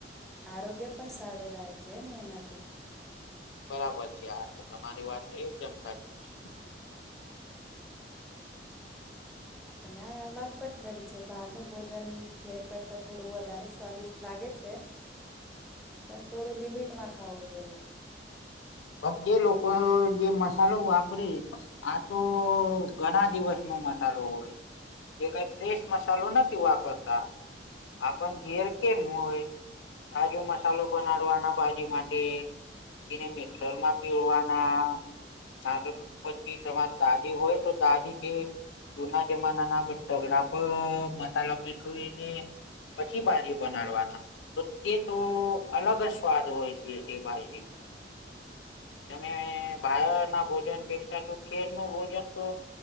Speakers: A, in the centre; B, on the left (about 85°).
A: આરોગ્ય પણ સારું રહે છે ને, એનાથી.
B: બરાબર છે, આ તો તમારી વાત એકદમ સાચી છે.
A: અને આ વાત પણ ખરી છે. બહાર નુ ભોજન, ઘેર કરતા થોડું વધારે સ્વાદિષ્ટ લાગે છે, પણ થોડું લિમિટમાં ખાવું જોઈએ.
B: પણ તે લોકો જે મસાલો વાપરે આ તો ઘણા દિવસનો મસાલો હોય. એ કંઈ ફ્રેશ મસાલો નથી વાપરતા, આપણ ઘેર કેમ હોય. તાજો મસાલો બનાડવાના, બાજી માટે એને. ઘરમાં પીવવાના. ના, તો પછી તમારે દાદી હોય, તો દાદીથી. જૂના જમાનાના બગડા પર, મસાલા પીસવીને‌. પછી બાજી બનાડવાના. તો તે તો અલગ જ સ્વાદ હોય છે, તે ભાઈ. તમે બહાર ના ભોજન વેચતા, તો ખેર નું ભોજન તો.